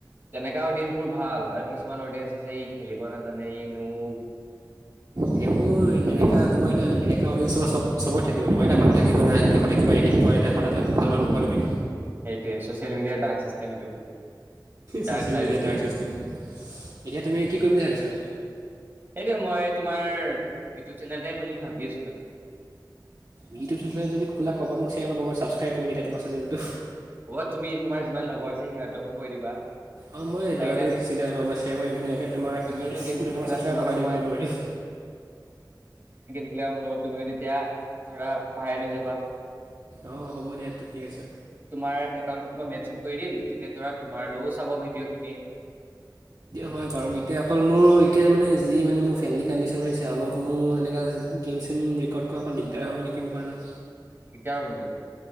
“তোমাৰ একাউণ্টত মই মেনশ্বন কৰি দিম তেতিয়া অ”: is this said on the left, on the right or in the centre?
Right